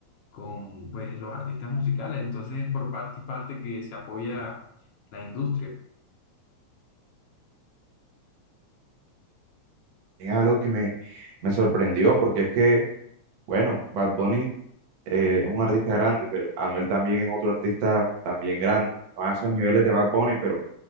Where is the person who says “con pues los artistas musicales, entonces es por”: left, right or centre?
Left